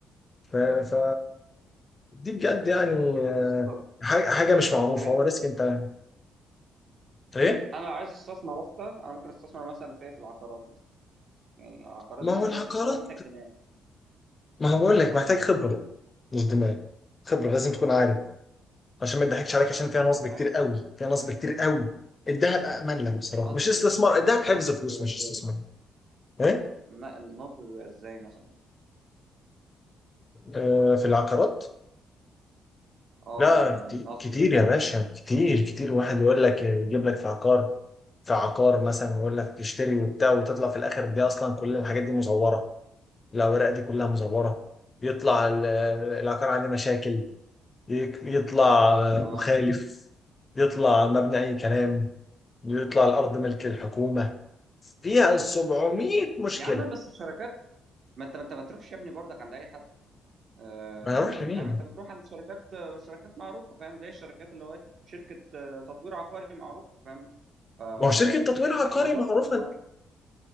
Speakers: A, on the left; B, on the right.
A: ف, ف... دي بجد يعني آه،
B: يسطا
A: حاجة حاجة مش معروفة
B: بجد
A: هو
B: يسطا
A: ريسك انت ايه
B: انا عايز استثمر اصلا انا ممكن استثمر مثلا في إيه؟ في العقارات مثلا يعني العقارات
A: ما
B: ده
A: هو
B: انا شايف
A: العقارات
B: بس هو محتاج دماغ
A: ما هو بقول لك محتاج خبرة مش دماغ خبرة لازم تكون عارف عشان ما نضحكش عليك عشان فيها نصب
B: معاك
A: كتير قوي فيها نصب كتير قوي الذهب امن لك بصراحه
B: النصب
A: مش استثمار
B: بيبقى
A: الذهب
B: النصب
A: حفظ فلوس
B: بيبقى
A: مش
B: ازاي
A: استثمار ايه
B: الن- النصب بيبقى ازاي مثلا
A: آه في العقارات
B: اه
A: لا
B: يعني
A: كتير,
B: النصب
A: كتير
B: مثلا
A: يا باشا
B: بيبقى
A: كتير كتير واحد يقول لك يجيب لك في عقار في عقار مثلا ويقول لك تشتري وبتاع وتطلع في الاخر دي اصلا كل الحاجات دي مزوره الاوراق دي كلها مزوره يطلع ال- العقار عليه مشاكل يك- يطلع
B: اه
A: مخالف يطلع مبني اي كلام يطلع الارض ملك الحكومه فيها 700 مشكله
B: يا عم بس الشركات ما انت ما انت ما تروحش يا ابني برضك عند اي حد آه
A: ما اروح
B: يعني
A: لمين؟
B: فاهم انت بتروح عند شركات آه، شركات معروفه فاهم ليه الشركات اللي هو إيه؟ شركه آه، تطوير عقاري معروفه فاهم ف
A: ما هو شركه تطوير عقاري
B: لكن ما تروحش
A: معروفه
B: عند